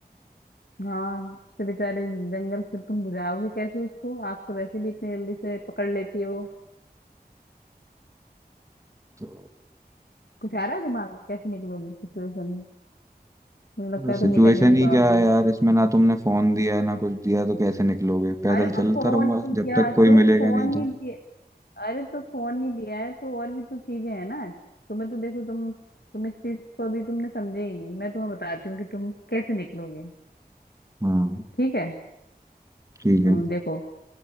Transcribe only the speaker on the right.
तो
सिचुएशन
ही
क्या है यार इसमें ना तुमने फोन दिया है ना कुछ दिया तो कैसे निकलोगे पैदल
चलता
रहूंगा
जब तक कोई
मिलेगा
नहीं
तो
हाँ
ठीक है